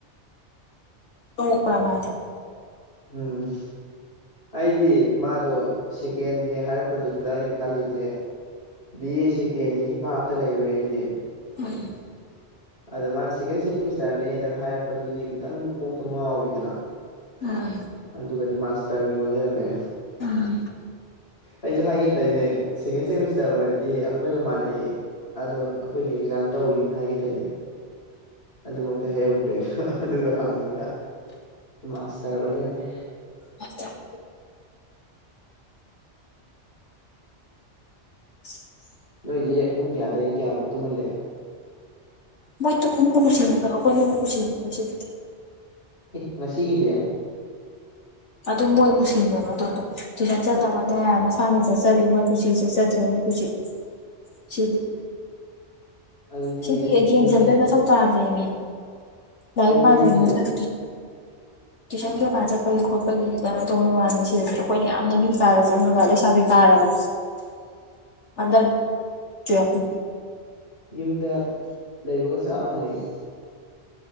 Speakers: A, on the left; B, on the left.
A: ꯍꯣꯏ ꯃꯥꯗꯤ
B: ꯎꯝ ꯑꯩꯗꯤ ꯃꯥꯗꯣ ꯁꯦꯀꯦꯟꯅꯦ ꯍꯥꯏꯔꯛꯄꯗꯨꯗ ꯑꯩꯅ ꯈꯜꯂꯤꯁꯦ ꯕꯤ ꯑꯦ ꯁꯦꯀꯦꯟꯅꯤꯒꯤ ꯚꯥꯞꯇ ꯂꯩꯔꯨꯔꯦ ꯑꯩꯗꯤ
A: ꯎꯝ
B: ꯑꯗ ꯃꯥꯅ ꯁꯦꯀꯦꯟ ꯁꯦꯃꯤꯁꯇꯔꯅꯦꯗꯪ ꯍꯥꯏꯔꯛꯄꯗꯨꯗꯤ ꯈꯤꯇꯪ ꯀꯣꯛꯇꯣ ꯉꯥꯎꯋꯤꯗꯅ
A: ꯎ
B: ꯑꯗꯨꯒꯗꯤ ꯃꯥꯁꯇꯔꯒꯤ ꯑꯣꯏ ꯂꯩꯔꯝꯃꯦ
A: ꯎꯝ
B: ꯑꯩꯁꯨ ꯍꯥꯏꯒꯦ ꯇꯔꯤꯅꯦ ꯁꯦꯀꯦꯟ ꯁꯦꯃꯤꯁꯇꯔ ꯑꯣꯏꯔꯗꯤ ꯑꯩꯈꯣꯏꯒ ꯃꯥꯟꯅꯩ ꯑꯗꯣ ꯑꯩꯈꯣꯏꯗꯤ ꯑꯦꯛꯖꯥꯝ ꯇꯧꯔꯤꯅ ꯍꯥꯏꯒꯗꯣꯏꯅꯦꯕ ꯑꯗꯨꯃꯛ ꯀꯩ ꯍꯥꯏꯩꯍꯧꯗ꯭ꯔꯦꯗꯣ ꯑꯗꯨꯒ ꯍꯪꯉꯒ ꯃꯥꯁꯇꯔ ꯑꯣꯏ ꯂꯩꯔꯝꯃꯦ
A: ꯑ <inaudible>
B: ꯅꯣꯏꯗꯤ ꯄꯨꯡ ꯀꯌꯥꯗꯒꯤ ꯀꯌꯥꯕꯨꯛ ꯇꯨꯝꯍꯜꯂꯦ
A: ꯃꯣꯏ ꯇꯅꯤꯡꯕꯨ ꯀꯁꯤꯅꯦꯕ ꯍꯧꯒꯣꯏꯅꯤꯡꯕꯕꯨ ꯈꯨꯁꯤꯅꯦ ꯁꯤꯗ
B: ꯏ ꯉꯁꯤꯒꯗꯌꯥ
A: ꯑꯗꯨꯝ ꯃꯣꯏ ꯀꯨꯁꯤꯅꯦꯕ ꯑꯗꯨꯗꯣ ꯇꯨꯏꯁꯟ ꯆꯠꯇꯕꯅꯦ ꯃꯁꯥꯅ ꯆꯠꯆꯔꯦ ꯃꯣꯏ ꯀꯨꯁꯤ ꯆꯠꯆꯗ꯭ꯔꯦ ꯃꯣꯏ ꯀꯨꯁꯤ
B: <inaudible>
A: ꯁꯤꯗꯤ
B: ꯑꯗꯨꯗꯤ
A: ꯁꯤꯗꯤ ꯌꯦꯡꯖꯟꯕꯩ
B: ꯌꯨꯝꯗ
A: ꯃꯊꯧ ꯇꯥꯗ꯭ꯔꯦꯃꯦ ꯂꯥꯏꯔꯤꯛ
B: ꯑꯗꯨꯗꯤ
A: ꯄꯥꯗꯦ
B: ꯌꯨꯝꯗ
A: <unintelligible>
B: ꯂꯩ
A: ꯇ꯭ꯋꯤꯁꯟ ꯀꯩꯀꯥ ꯆꯠꯄꯒꯤ ꯈꯣꯠꯄꯒꯤ ꯀꯩꯅꯣ ꯇꯧꯕ ꯋꯥꯅꯤ ꯁꯤꯗꯗꯤ ꯑꯩꯈꯣꯏꯅ ꯌꯥꯝꯅ ꯃꯤ ꯀꯥꯔ ꯆꯪꯉꯒ꯭ꯔꯒ ꯂꯩꯁꯥꯕꯤ ꯐꯥꯔꯕꯅꯤ
B: <inaudible>
A: ꯑꯗꯠ ꯇ꯭ꯋꯦꯜꯐ
B: ꯌꯨꯝꯗ ꯂꯩꯕꯒ ꯆꯞ ꯃꯥꯟꯅꯩ